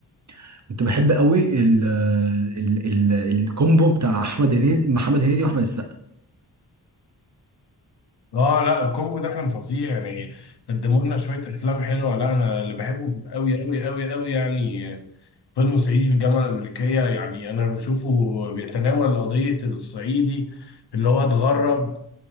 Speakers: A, on the right; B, on the left.
A: <clears throat> كنت بحب قوي ال ال ال الكومبو بتاع احمد هنيدي محمد هنيدي واحمد السقا
B: اه لا الكومبو ده كان فظيع يعني قدموا لنا شويه افلام حلوه لا انا اللي بحبه قوي قوي قوي قوي يعني فيلم صعيدي في الجامعه الامريكيه يعني انا بشوفه بيتناول قضيه الصعيدي اللي هو اتغرب